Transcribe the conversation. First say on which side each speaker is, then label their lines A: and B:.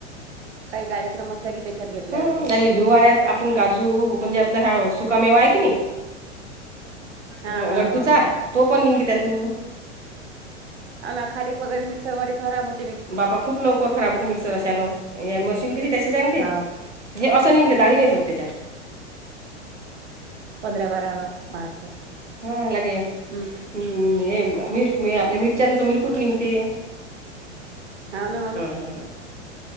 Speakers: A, on the right (about 60°); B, on the right (about 75°).
A: काही कार्यक्रम असला की, त्येच्यात घेतल्या
B: हं,
A: जाते.
B: लागे हिवाळ्यात आपण काजू म्हणजे आपला हा सुका मेवा आहे की, नी?
A: हा
B: हो,
A: हा
B: लड्डूचा?
A: हा
B: तो पण निंघते त्यातून.
A: <unintelligible>
B: <unintelligible> तशीच हाय न, ते
A: हाव
B: अस निंघते, दाळी नई होत तेच्यात.
A: पंधरा, बारा, बा बहात्तर.
B: हां लगे,
A: हम्म
B: हम् हे मिर आपल्या मिरच्यांच मिरकुट निंघते.
A: हा, न हो न.
B: हां हां